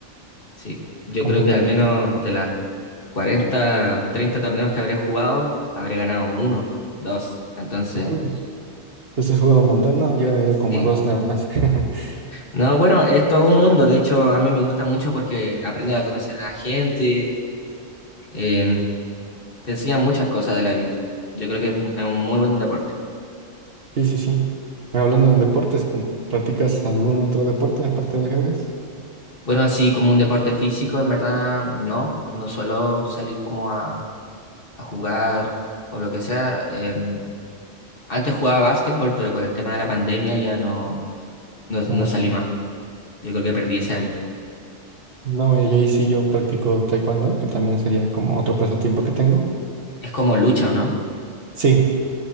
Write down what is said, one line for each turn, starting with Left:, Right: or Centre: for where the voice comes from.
Left: sí, yo
Right: completamente.
Left: creo que al menos de las 40 30 torneos que habré jugado, habré ganado uno, dos. Entonces,
Right: Uy, pues he jugado un montón, ¿no? Yo he ido como
Left: sí.
Right: a dos nada más. <laughs>
Left: No, bueno, es todo un mundo. De hecho, a mí me gusta mucho porque aprendes a conocer a la gente, eh, te enseña muchas cosas de la vida. Yo creo que es un es un muy buen deporte.
Right: Sí, sí, sí. Hablando de deportes, ¿com- ¿practicas algún otro deporte aparte del ajedrez?
Left: Bueno, así como un deporte físico, en verdad, no. No suelo salir como a, a jugar o lo que sea. Em, antes jugaba básquetbol, pero con el tema de la pandemia ya no, no, no
Right: Ah, ok.
Left: salí más. Yo creo que perdí ese hábito.
Right: No, mira, y ahí sí yo practico taekwondo, que también sería como otro pasatiempo que tengo.
Left: Es como lucha, ¿o no?
Right: Sí,